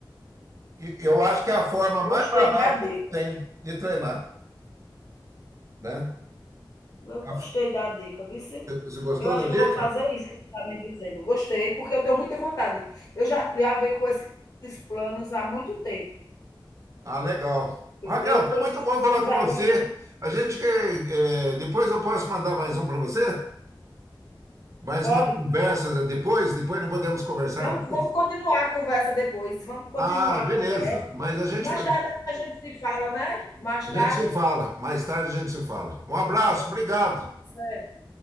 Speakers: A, on the right (about 40°); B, on the left (about 45°).
A: E eu acho que é a forma mais
B: Gostei
A: barata
B: da dica.
A: que tem de treinar, né?
B: Eu
A: A-
B: gostei da dica, viu? sim?
A: Você gostou
B: Eu acho
A: da
B: que
A: dica?
B: eu vou fazer isso que tu está me dizendo. Gostei, porque eu tenho muita vontade. Eu já, já venho com esses planos há muito tempo.
A: Ah, legal.
B: Eu,
A: Raquel,
B: eu com
A: foi muito
B: esses
A: bom falar
B: planos
A: com
B: agora.
A: você.
B: que-
A: A gente quer, é, depois eu posso mandar mais um para você? Mais
B: Pode?
A: uma conversa depois? Depois não podemos conversar
B: Vamos,
A: mais?
B: vamos continuar a conversa depois. Vamos continuar
A: Ah, beleza.
B: a conversa.
A: Mas a gente
B: Mais tarde a gente se fala, né? Mais
A: A
B: tarde.
A: gente se fala, mais tarde a gente se fala. Um abraço,
B: Tá bom.
A: obrigado.
B: Certo.